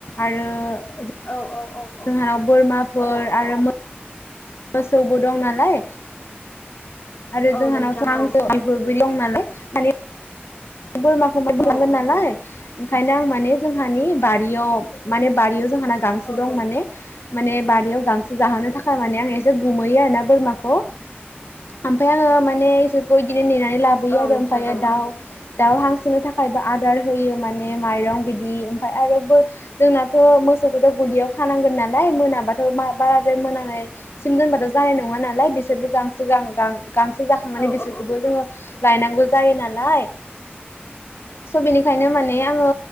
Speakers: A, on the left (about 85°); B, on the left (about 50°).
A: आरो
B: औ औ। औ औ
A: जोंहानाव बोरमा फोर आरो मोसौबो दं नालाय। आरो
B: औ
A: जोंहानावथ'
B: नोंथां
A: हांसोफोर
B: औ
A: दं नालाय माने बोरमाखौ माय बिलांगोन
B: औ औ
A: नालाय
B: औ
A: ओ ओंखायनो आं माने जोंहानि बारियाव माने बारियाव जोंहानाव गांसो
B: औ
A: दं
B: औ
A: माने माने बारियाव गांसो जाहोनो थाखाय माने आं एसे <unintelligible> आरोना बोरमाखौ ओमफाय आङो माने इसोरखौ बिनो नेनानै लाबोयो
B: औ
A: आरो
B: नोंथां
A: ओमफ्रायो
B: औ
A: दाउ दाउ हांसोननो थाखायबो आदार होयो माने माइरं बिदि ओमफ्राय आरो ब जोंनाथ' मोसौखौथ' गलियाव खानांगोन नालाय मोनाबाथ' बाराद्राय मोनानायसिम दोनबाथ' जानाय नङा नालाय बिसोरबो गांसो गां गां गांसो जाखांनानै
B: औ
A: बिसोरखौबो
B: औ
A: जोङो लायनांगौ जायो नालाय। स' बेनिखायनो माने आङो